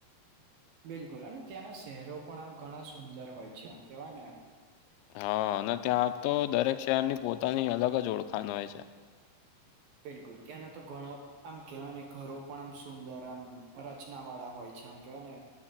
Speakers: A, on the right; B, on the left.
A: બિલકુલ અને ત્યાંના શહેરો પણ આમ ઘણા સુંદર હોય છે એમ કેવાય ને,
B: હા, અને ત્યાંતો દરેક શહેરની પોતાની અલગ જ ઓળખાણ હોય છે.
A: બિલકુલ કે્યાં ના તો ગણો? આમ કેવાયને ઘરો પણ આમ સુંદર આમ રચના વાળા હોય છે આમ કેવાય ને,